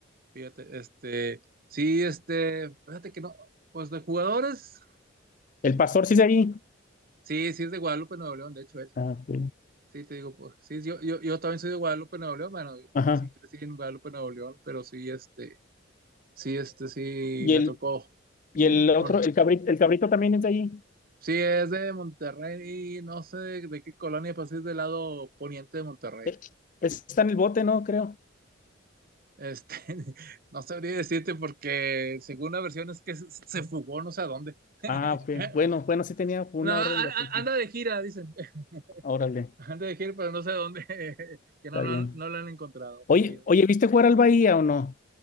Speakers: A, on the right (about 45°); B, on the left (about 40°).
A: fíjate, este, sí, este, fíjate que no, pues de jugadores,
B: El
A: no.
B: pastor sí es de ahí.
A: sí, sí es de Guadalupe, Nuevo León, de hecho, él.
B: Ah, ok.
A: Sí, te digo, pues, sí, yo, yo, yo también soy de Guadalupe, Nuevo León, bueno, yo
B: Ajá.
A: así crecí en Guadalupe, Nuevo León, pero sí, este, Sí, este sí
B: Y
A: me
B: el,
A: tocó.
B: Y
A: Mm,
B: el otro,
A: Con,
B: el cabrito, el cabrito también es de ahí.
A: sí, es de Monterrey, no sé de qué colonia, pero sí es del lado poniente de Monterrey.
B: Eh, Está en el bote, ¿no? Creo.
A: Este, <laughs> no sabría decirte porque según la versión es que se, se fugó no sé a dónde. <laughs>
B: Ah, ok. Bueno, bueno, sí tenía una
A: No, a-
B: orden de
A: a-
B: aprehensión.
A: anda de gira, dicen. <laughs>
B: Órale,
A: Anda de gira, pero no sé a dónde, <laughs> que
B: está
A: no lo
B: bien.
A: han, no lo han encontrado.
B: Oye,
A: Sí,
B: oye, ¿viste jugar al Bahía o no?